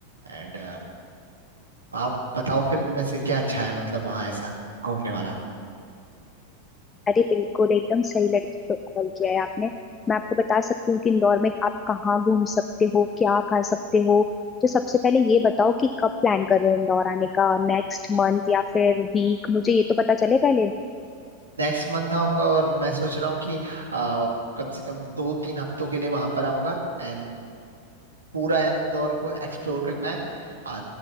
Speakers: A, on the right; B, on the left.
A: एंड आप बताओ फिर इनमें से क्या अच्छा है मतलब वहाँ ऐसा घूमने वाला
B: अरे बिल्कुल एकदम सही लड़की को कॉल किया है आपने मैं आपको बता सकती हूँ कि इंदौर में आप कहाँ घूम सकते हो क्या खा सकते हो तो सबसे पहले ये बताओ कि कब प्लान कर रहे हो इंदौर आने का नेक्स्ट मंथ या फिर वीक मुझे ये तो पता चले पहले
A: नेक्स्ट मंथ आऊंगा और मैं सोच रहा हूँ कि आ, कम से कम दो तीन हफ्तों के लिए वहां पर आऊंगा एंड पूरा इंदौर को एक्सप्लोर करना है आ,